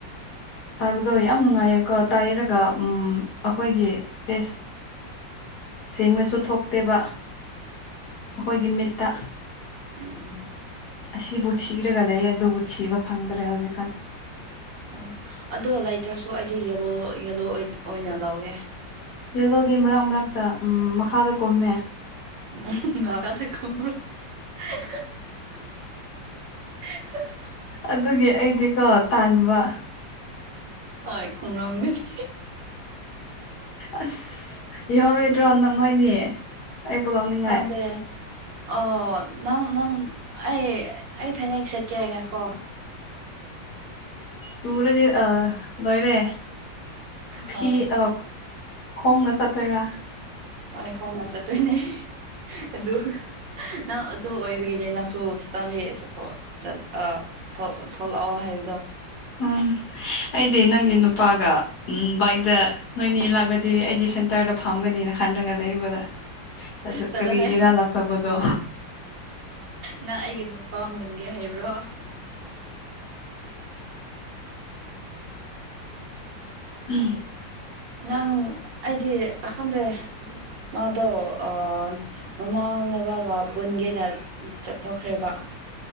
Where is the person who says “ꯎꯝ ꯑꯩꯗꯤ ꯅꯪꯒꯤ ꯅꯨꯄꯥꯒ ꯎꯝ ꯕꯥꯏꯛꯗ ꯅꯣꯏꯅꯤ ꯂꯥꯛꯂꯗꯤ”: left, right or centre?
Left